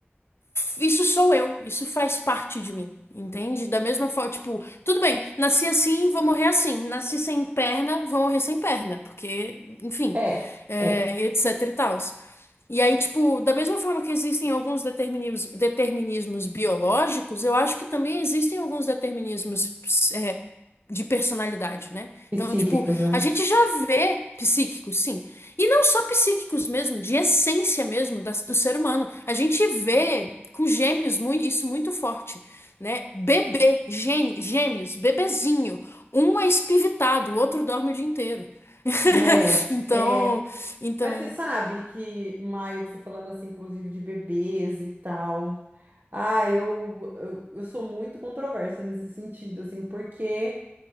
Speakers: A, on the left; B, on the right.
A: Isso sou eu, isso faz parte de mim, entende? Da mesma forma, tipo, tudo bem, nasci assim, vou morrer assim, nasci sem perna, vou morrer sem perna, porque, enfim,
B: É,
A: é,
B: é.
A: etc e tal. E aí, tipo, da mesma forma que existem alguns determinismos, determinismos biológicos, eu acho que também existem alguns determinismos é, de personalidade, né?
B: Psíquicos,
A: Então, tipo,
B: né?
A: a gente já vê psíquicos, sim. E não só psíquicos mesmo, de essência mesmo da- do ser humano. A gente vê com gêmeos muito, isso muito forte, né? Bebê, gê- gêmeos, bebezinho. Um é espivitado, o outro dorme o dia inteiro. <laughs>
B: É,
A: Então,
B: é.
A: então,
B: Mas você sabe que, Maia, você falando assim, inclusive de bebês e tal. Ah, eu, eu, eu sou muito controversa nesse sentido, assim, porque.